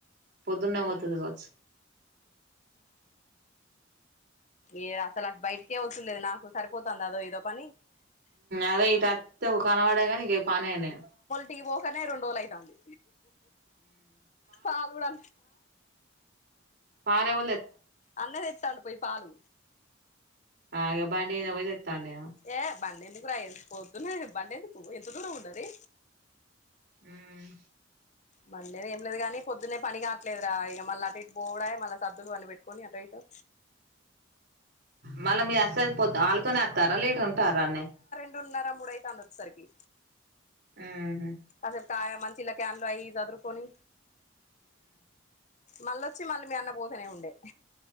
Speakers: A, on the right; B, on the left.
A: పొద్దున్నే పోతది
B: ఆ
A: కావచ్చు
B: ఏ అసలు అటు బయటికే వచ్చుడు లేదు నాకు సరిపోతుంది అదో ఇదో పని
A: అదే ఇటు అత్తే కనపడు ఇగ పనేనాయే
B: టీ పోకనే రెండు రోజులు అయితాంది పాలు కూడానా
A: పాలు ఎవ్వలు
B: అన్న తెస్తాండు పోయి పాలు
A: ఆ ఇగా బండి మీద పోయి తెస్తాండేమో
B: ఏ బండి ఎందుకురా పోద్దున్నా బండి ఎందుకు ఎంత దూరం ఉన్నది
A: ఉమ్
B: బండి లేదు ఏం లేదు గానీ పొద్దునే పని కావట్లేదు రా ఇగా మళ్ళ అటు ఇటు పోవుడాయే మళ్ళ సద్దులు వండి పెట్టుకొని ఆటో ఇటో
A: మళ్ళ మీ అస వాళ్లతోనే అత్ వత్తర లేట్ ఉంటారా అన్నె
B: మూడున్నర ముడైతాంది వచ్చెసరికి
A: అవున
B: అసే కా మన్ంచిలా కన్లు అయి <unintelligible> సదరు కొన్ని మళ్ళొచ్చి మళ్ళీ మీ అన్న పోతేనే ఉండే